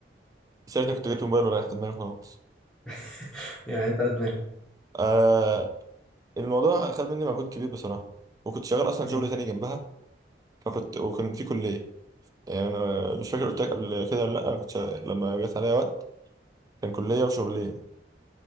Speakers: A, on the right; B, in the centre.
A: ساعتها كنت جبت موبايل وريحت دماغي خلاص
B: <laughs> يعني انت على دماغك
A: آه الموضوع خد مني مجهود كبير بصراحه وكنت شغال اصلا
B: مم،
A: شغل تاني جنبها فكنت وكان في كليه يعني انا مش فاكر قلت لك قبل كده ولا لا انا كنت شغال- لما جت عليا وقت كان كليه وشغليه